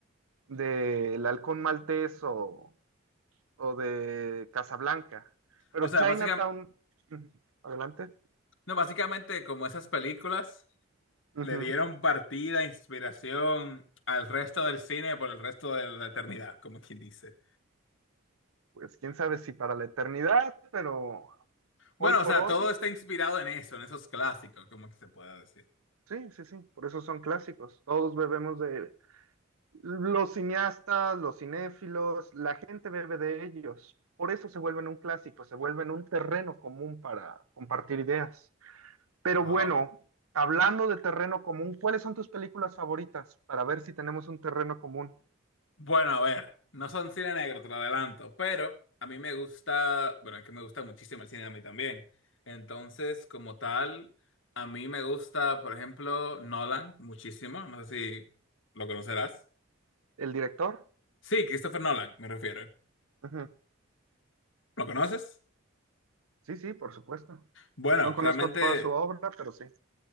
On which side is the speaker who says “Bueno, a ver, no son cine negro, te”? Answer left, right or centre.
Left